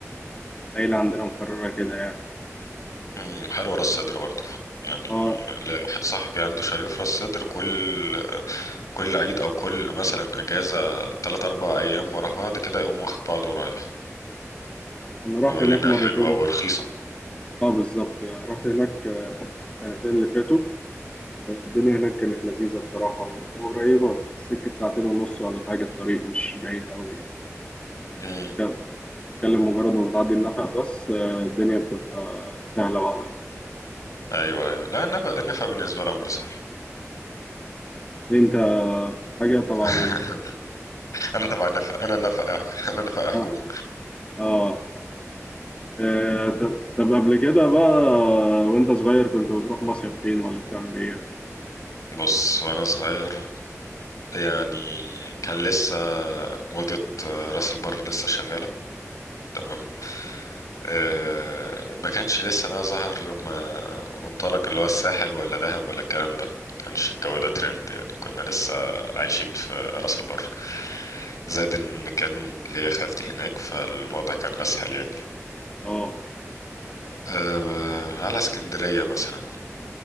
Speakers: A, on the left; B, on the left.
A: العيلة عندنا مقررة كده يعني
B: مم، حلوة راس سدر برضو يعني
A: اه
B: ليا واحد صاحبي عنده شاليه في راس سدر كل كل عيد او كل مثلا اجازة تلات اربع ايام ورا بعض كده يقوم واخد بعضه ورايح
A: انا رحت
B: بيقول
A: هناك
B: لي انها
A: مرتين
B: حلوه ورخيصه
A: اه بالظبط آه، رحت هناك آه، السنتين اللي فاتوا الدنيا هناك كانت لذيذة بصراحة وقريبة سكة ساعتين ونص ولا حاجة الطريق مش بعيد قوي
B: امم
A: تتكلم مجرد ما بتعدي النفق بس آه، الدنيا بتبقى سهلة بعدها
B: ايوه ايوه لا النفق النفق بالنسبه لي امر سهل
A: انت حاجة طبعا
B: <laughs> انا تبع النفق انا نفق انا نفق حكومه
A: اه اه آه، طب طب قبل كده بقى وانت صغير كنت بتروح مصيف فين ولا بتعمل ايه؟
B: بص وانا صغير يعني كان لسه موضه راس البر لسه شغاله تمام آه، ما كانش لسه بقى ظهر ما- منطلق اللي هو الساحل ولا دهب ولا الكلام ده ما كانش الجو ده ترند يعني كنا لسه عايشين في راس البر زائد ان كان ليا خالتي هناك فالوضع كان اسهل يعني
A: اه
B: أه على اسكندرية مثلا